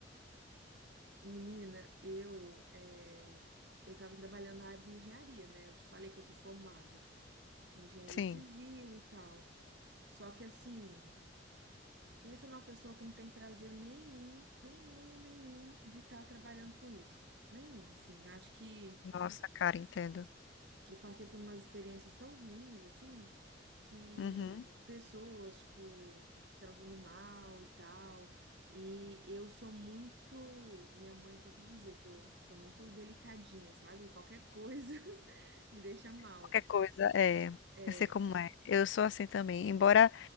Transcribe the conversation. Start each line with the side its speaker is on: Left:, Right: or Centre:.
Right: <laughs> Menina, eu, é, eu tava trabalhando na área de engenharia, né? Eu te falei que eu sou formada em engenharia
Left: Sim.
Right: civil e tal. Só que assim, Pensa numa pessoa que não tem prazer nenhum, nenhum, nenhum de estar trabalhando com isso. Nenhum, assim. Acho que
Left: Nossa, cara, entendo.
Right: eu passei por umas experiências tão ruins, assim, que
Left: Uhum.
Right: pessoas, tipo, tratando mal e tal. E eu sou muito. Minha mãe sempre dizia que eu sou muito delicadinha, sabe? Qualquer coisa <laughs> me deixa mal.
Left: Qualquer coisa, é.
Right: É.
Left: Eu sei como é. Eu sou assim também. Embora,